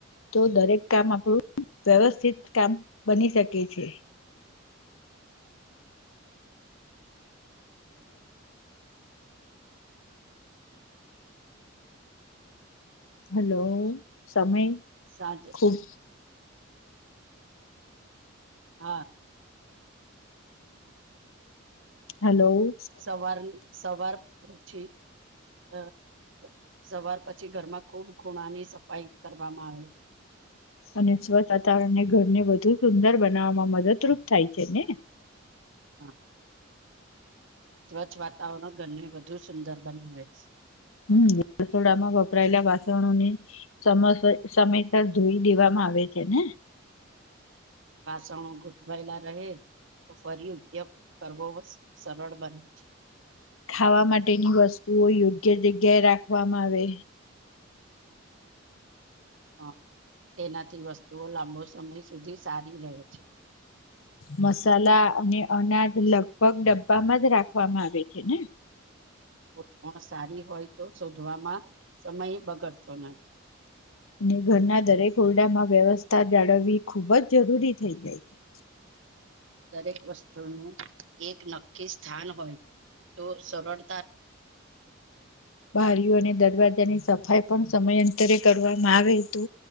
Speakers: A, on the left (about 85°); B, on the right (about 65°).
A: તો દરેક કામ આપડું વ્યવસ્થિત કામ બની શકે છે. હલો, સમય
B: સાંજે
A: ખૂબ
B: હા.
A: હેલો.
B: સવારની સવાર પડે છે અ સવાર પછી ઘરમાં ખૂબ ખૂણાની સફાઈ કરવામાં આવે છે.
A: અને સ્વચ્છ વાતાવરણને ઘરને વધુ સુંદર બનાવવામાં મદદરૂપ થાય છે ને.
B: હા. સ્વચ્છ વાતાવરણ ઘરને વધુ સુંદર બનાવે છે.
A: હમ્મ રસોડામાં વપરાયેલા વાસણોને સમસ સમયસર ધોઈ દેવામાં આવે છે ને.
B: વાસણો ગોઠવાયેલા રહે તો ફરી ઉપયોગ કરવો સરળ બને છે
A: ખાવા માટેની વસ્તુઓ યોગ્ય જગ્યાએ રાખવામાં આવે
B: હ તેનાથી વસ્તુઓ લાંબો સમય સુધી સારી રહે છે.
A: મસાલા અને અનાજ લગભગ ડબ્બામાં જ રાખવામાં આવે છે ને
B: ગોઠવણ સારી હોય તો શોધવામાં સમય બગડતો નથી.
A: અને ઘરના દરેક ઓરડામાં વ્યવસ્થા જાળવવી ખુબ જ જરૂરી થઈ જાય છે.
B: દરેક વસ્તુનું એક નક્કી સ્થાન હોય તો સરળ
A: બારીઓ અને દરવાજાની સ સફાઈ પણ સમયાંતરે કરવામાં આવે તો